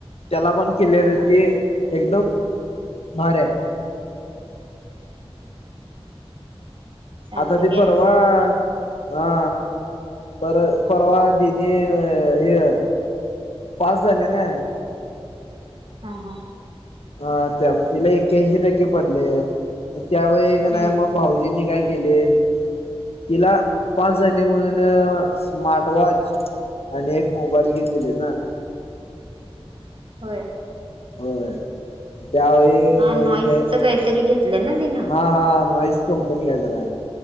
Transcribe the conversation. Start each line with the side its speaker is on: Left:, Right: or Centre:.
Left: त्याला पण क्लरिटी
Right: ह
Left: एकदम मरे..
Right: सॅमसंग
Left: आता ते
Right: गॅलेक्सी
Left: परवा हा पर परवा दि ते हे पास झाले ना,
Right: हा. हा..
Left: हा त्या मग तिला एक्क्याऐंशी टक्के पडले त्यावेळी
Right: हम्म
Left: का नाही मग, भाऊजीनी काय केले तिला पास झाली म्हणून, स्मार्ट वॉच आणि एक मोबाईल घेऊन दिले ना,
Right: होय.
Left: होय त्यावेळी
Right: हा
Left: मग
Right: नॉईसच
Left: ते
Right: काहीतरी घेतलं ना तिनं
Left: हा, हा नाही. कंपनी काय जरा